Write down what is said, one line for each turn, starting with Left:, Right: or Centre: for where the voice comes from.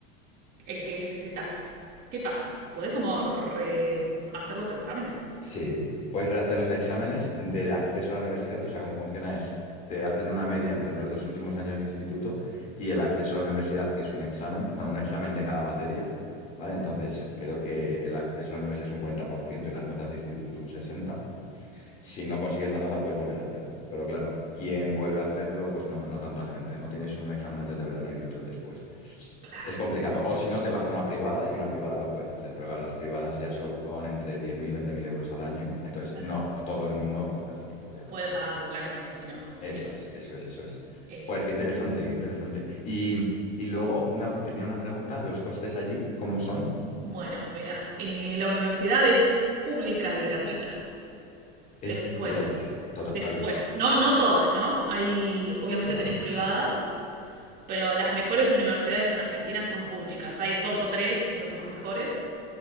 Right: eh, que necesitas, ¿qué pasa? ¿Podés como re- hacer los exámenes?
Left: Sí, puedes rehacer los exámenes del acceso a la universidad. O sea, cómo funciona es, te hacen una media entre los dos últimos años de instituto y el acceso a la universidad, que es un examen, bueno, un examen de cada materia. ¿Vale? Entonces, creo que el acceso a la universidad es un 40% y las notas de instituto un 60%. Si no consigues la nota, puedes volver a hacerlo. Pero claro, ¿quién vuelve a hacerlo? Pues no, no tanta gente, ¿no? Tienes un examen antes de verano y otro después.
Right: Claro,
Left: Es complicado. O si no, te vas a una privada y una privada lo puedes hacer. Pero claro, las privadas ya son entre diez mil veinte mil euros al año. Entonces,
Right: claro.
Left: no todo el mundo puede hacerlo, obviamente.
Right: Puede pagarlo, claro, me imagino, sí.
Left: Eso es, eso es, eso es.
Right: Eh,
Left: Joder, qué interesante, qué interesante. Y, y luego una, tenía una pregunta. ¿Los costes allí, cómo son?
Right: bueno, mira, eh, la universidad es pública y gratuita.
Left: Es
Right: Después,
Left: gratis, total.
Right: después. No, no todas, ¿no? Hay, obviamente
Left: ¿Vale?
Right: tenés privadas, pero las mejores universidades en Argentina son públicas. Hay dos o tres, que esas son las mejores.